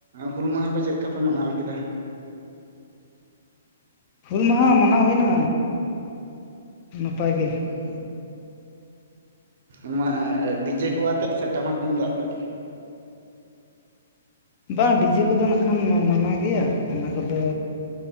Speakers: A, on the right; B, on the left.
A: ᱦᱩᱞ ᱢᱟᱦᱟ ᱠᱚ ᱪᱮᱫ ᱞᱮᱠᱟ ᱯᱮ ᱢᱟᱱᱟᱣ ᱠᱮᱫᱟ?
B: ᱦᱩᱞ ᱢᱟᱦᱟ ᱢᱟᱱᱟᱣ ᱦᱩᱭᱮᱱᱟ ᱱᱟᱯᱟᱭ ᱜᱮ᱾
A: ᱦᱩᱸ, ᱱᱚᱣᱟ ᱰᱤᱡᱮ ᱠᱚ ᱟᱛᱮᱫ ᱥᱮ ᱴᱟᱢᱟᱠ ᱛᱩᱢᱫᱟᱜ ᱟᱛᱮᱫ?
B: ᱵᱟᱝ ᱰᱤᱡᱮ ᱠᱚᱫᱚ ᱱᱟᱜ ᱠᱷᱟᱱ ᱢᱟᱱᱟ ᱜᱮᱭᱟ ᱚᱱᱟ ᱠᱚᱫᱚ